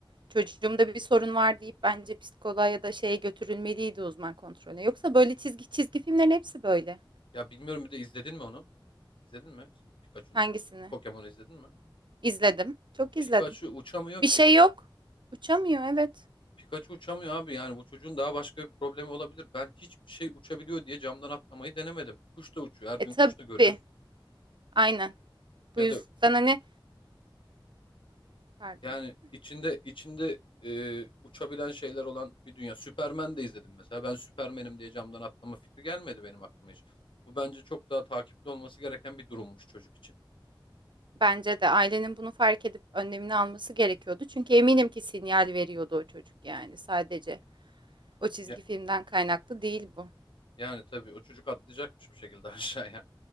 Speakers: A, on the right; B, on the left.
A: çocuğumda bir sorun var deyip bence psikoloğa ya da şeye götürülmeliydi uzman kontrolüne. Yoksa böyle çizgi çizgi filmlerin hepsi böyle.
B: Ya bilmiyorum bir de izledin mi onu? İzledin mi? Pikachu'nun
A: Hangisini?
B: Pokemon'u izledin mi?
A: İzledim. Çok
B: Bu Pikachu
A: izledim.
B: uçamıyor
A: Bir
B: ki.
A: şey yok. Uçamıyor evet.
B: Pikachu uçamıyor abi yani bu çocuğun daha başka bir problemi olabilir. Ben hiçbir şey uçabiliyor diye camdan atlamayı denemedim. Kuş da uçuyor. Her
A: E
B: gün
A: tabii.
B: kuş da görüyoruz.
A: Aynen.
B: Ya
A: Bu yüzden
B: da
A: hani pardon.
B: yani içinde içinde e, uçabilen şeyler olan bir dünya. Superman de izledim mesela. Ben Superman'im diye camdan atlama fikri gelmedi benim aklıma hiç. Bu bence çok daha takipli olması gereken bir durummuş çocuk için.
A: Bence de ailenin bunu fark edip önlemini alması gerekiyordu. Çünkü eminim ki sinyal veriyordu o çocuk yani sadece. O çizgi
B: Ya-
A: filmden kaynaklı değil bu.
B: yani tabii o çocuk atlayacakmış bir şekilde <laughs> aşağıya.